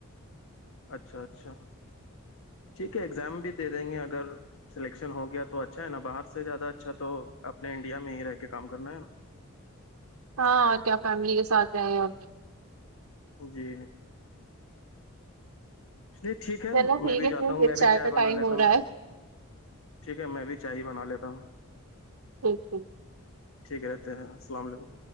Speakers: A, on the left; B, on the right.
A: اچھا اچھا ٹھیک ہے اگزام بھی دے دیں گے اگر سلیکشن ہو گیا تو اچھا ہے نا باہر سے زیادہ اچھا تو اپنے انڈیا میں ہی رہ کے کام کرنا ہے نا
B: ہاں کیا فیملی کے ساتھ گئے ہیں اور
A: جی چے ٹھیک ہے
B: چلو ٹھیک
A: میں بھی
B: ہے پھر
A: جاتا ہوں
B: میری
A: میں بھی چائے
B: کا ٹائم
A: بنا لیتا
B: ہو رہا
A: ہوں
B: ہے
A: ٹھیک ہے میں بھی چاہ ہی بنا لیتا ہوں
B: ٹھیک ٹھیک
A: ٹھیک ہے رہتے ہیں السلام علیکم